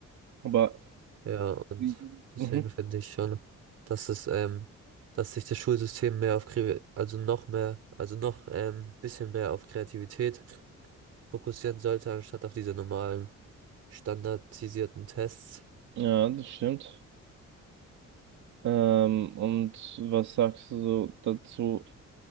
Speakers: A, on the right; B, on the right.
A: aber
B: Ja, und
A: Mhm.
B: deswegen
A: Mhm.
B: finde ich schon, dass es, ähm, dass sich das Schulsystem mehr auf, Kre- also noch mehr, also noch ähm, bisschen mehr auf Kreativität fokussieren sollte, anstatt auf diese normalen standardisierten Tests.
A: Ja, das stimmt. Ähm, und was sagst du so dazu?